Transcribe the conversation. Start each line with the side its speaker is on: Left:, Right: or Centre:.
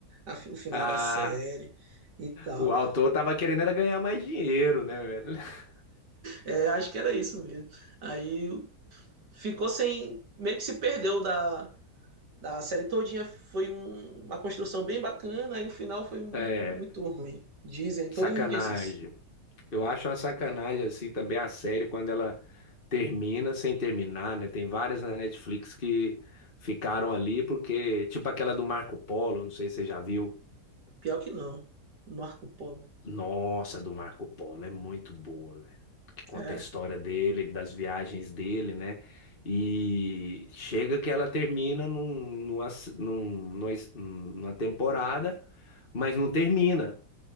Right: a, o final
Left: Ah,
Right: da série e tal.
Left: o autor tava querendo era ganhar mais dinheiro, né, velho? <laughs>
Right: É, acho que era isso mesmo. Aí ficou sem. meio que se perdeu da, da série todinha. Foi um, uma construção bem bacana e o final foi muito
Left: É,
Right: ruim. Dizem,
Left: sacanagem.
Right: todo mundo diz isso.
Left: Eu acho uma sacanagem assim também a série quando ela termina sem terminar, né? Tem várias na Netflix que ficaram ali porque, tipo aquela do Marco Polo, não sei se você já viu.
Right: Pior que não. Marco Polo.
Left: Nossa, a do Marco Polo é muito boa, velho. Que conta
Right: É,
Left: a história dele, das viagens dele, né? E chega que ela termina num- numa, num- numa, numa temporada, mas não termina.